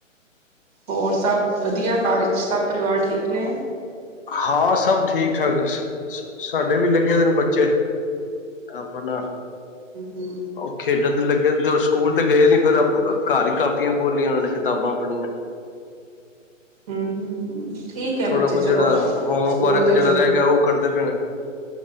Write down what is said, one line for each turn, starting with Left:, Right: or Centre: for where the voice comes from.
Right: ਹੋਰ ਸਭ ਵਧੀਆ ਘਰ ਚ, ਸਭ ਪਰਿਵਾਰ ਠੀਕ ਨੇ
Left: ਹਾਂ ਸਭ ਠੀਕ-ਠਾਕ ਬਸ। ਸਾਡੇ ਵੀ ਲੱਗੇ ਦੇ ਨੇ ਬੱਚੇ, ਅਪਣਾ
Right: ਹੂੰ
Left: ਔ ਖੇਡਣ ਤੇ ਲੱਗੇ ਨੇ ਤੇ ਸਕੂਲ ਤੇ ਗਏ ਨੀ, ਫੇਰ ਘਰ ਹੀ ਕਾਪੀਆਂ ਖੋਲੀਆਂ ਉਹ ਨੇ ਕਿਤਾਬਾਂ ਅਪਣੀਆਂ।
Right: ਹੂੰ-ਹੂੰ-ਹੂੰ ਠੀਕ ਹੈ,
Left: ਥੋੜਾ
Right: ਬੱਚੇ
Left: ਬਹੁਤ
Right: ਚਲੋ
Left: ਜਿਹੜਾ ਹੋਮਵਰਕ
Right: ਸਕੂਲ ਤੇ
Left: ਜਿਹੜਾ ਰਹਿ ਗਿਆ ਉਹ ਕਰਦੇ ਪਏ ਨੇ